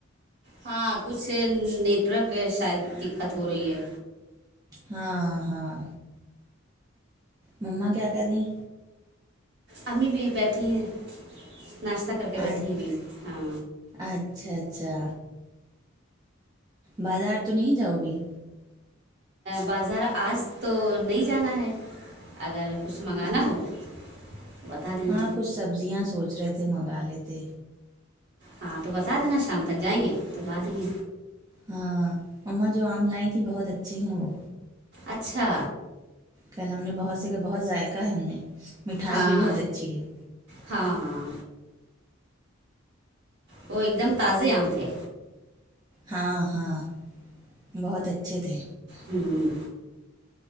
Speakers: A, on the right (about 55°); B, on the right (about 20°).
A: ہاں کچھ نیٹورک شاید دقت ہو رہی ہے
B: ہاں ہاں مما کیا کر رہی
A: امی بھی بیٹھی ہیں ناشتہ کر کے
B: اچ-
A: بیٹھی ہیں ابھی ہاں
B: اچھا اچھا بازار تو نہیں جاؤ گی
A: بازار آج تو نہیں جانا ہے اگر کچھ منگانا
B: اچھا
A: ہو تو بتا دینا
B: ہاں کچھ سبزیاں سوچ رہے تھے منگا لیتے
A: ہاں تو بتا دینا شام تک جائیں گے تو لا دیں گے
B: ہاں امما جو آم لائ تھی بہت اچھی ہیں وہ
A: اچھا
B: کل ہم نے بہت سے کھاے بہت ذائقہ ہے ان میں مٹھاس
A: ہاں
B: بھی بہت اچھی ہے
A: ہاں ہاں وہ ایک دم تازے آم تھے
B: ہاں ہاں بہت اچھے تھے
A: ہوں